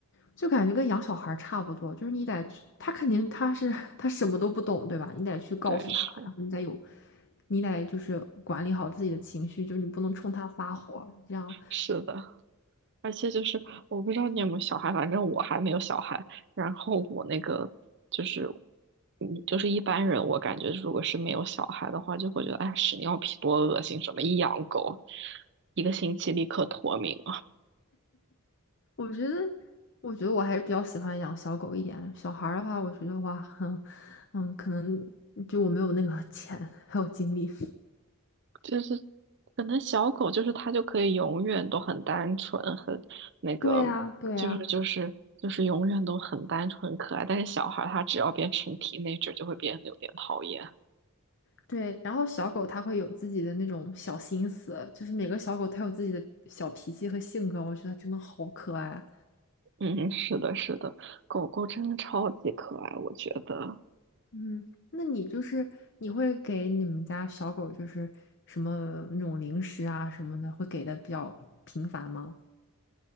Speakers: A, on the left; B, on the right.
A: 就感觉跟养小孩儿差不多，就是你得去，他肯定他是 <laughs> 他什么都不懂，对吧？你得去告诉他，
B: 对，是
A: 然后你得有，你得就是管理好自己的情绪，就是你不能冲他发火。这样，
B: 是的，而且就是我不知道你有没有小孩，反正我还没有小孩。然后我那个就是，嗯，就是一般人，我感觉如果是没有小孩的话，就会觉得哎，屎尿屁多恶心，什么一养狗，一个星期立刻脱敏。
A: 我觉得，我觉得我还是比较喜欢养小狗一点。小孩儿的话，我觉得哇，<laughs> 嗯嗯，可能就我没有那个钱还有精力。
B: 就是可能小狗就是它就可以永远都很单纯，很那个，
A: 对呀，对呀，
B: 就是就是就是永远都很单纯很可爱。但是小孩儿他只要变成 teenager 就会变得有点讨厌。
A: 对，然后小狗它会有自己的那种小心思，就是每个小狗它有自己的小脾气和性格，我觉得真的好可爱啊
B: 嗯，是的，是的，狗狗真的超级可爱，我觉得。
A: 嗯，那你就是你会给你们家小狗就是什么那种零食啊什么的，会给的比较频繁吗？